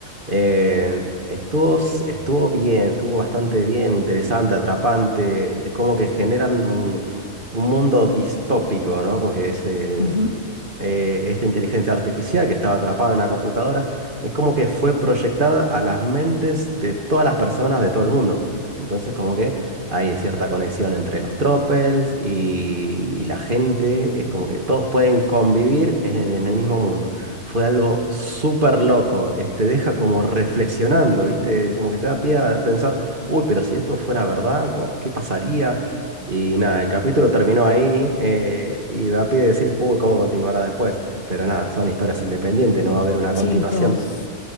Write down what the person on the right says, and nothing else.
eh, estuvo, s- estuvo bien, estuvo bastante bien, interesante, atrapante. Es como que generan un, un mundo distópico, ¿no? Porque es el,
eh, esta inteligencia artificial que estaba atrapada en una computadora es como que fue proyectada a las mentes de todas las personas de todo el mundo. Entonces, como que hay cierta conexión entre los tropels y, y la gente. Es como que todos pueden convivir en, en el mismo mundo. Fue algo súper loco. es- Te deja como reflexionando, ¿viste? Como que te da pie a pensar, uy, pero si esto fuera verdad, como, ¿qué pasaría? Y nada, el capítulo terminó ahí eh, y da pie a decir, uy, ¿cómo continuará después? Pero nada, son historias independientes, no va a haber una continuación.